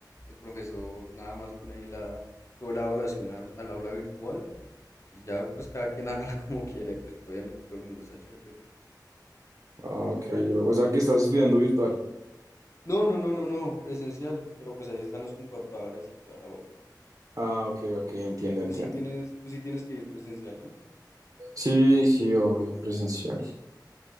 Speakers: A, on the left; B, on the right.
A: el profesor nada más pone ahí la, sube la evaluación al, al aula virtual y ya pues cada quien <laughs> hágala como quiera y pues obviamente todo el mundo es ChatGPT.
B: Ah, ok, bro. O sea que estás
A: Y-
B: estudiando virtual.
A: No, no, no, no, no, presencial, pero pues ahí están los computadores y toda la vuelta.
B: Ah, ok, ok, entiendo, entiendo.
A: Tú sí tienes, tú sí tienes que ir presencial, ¿no?
B: Sí, sí, obvio, presencial.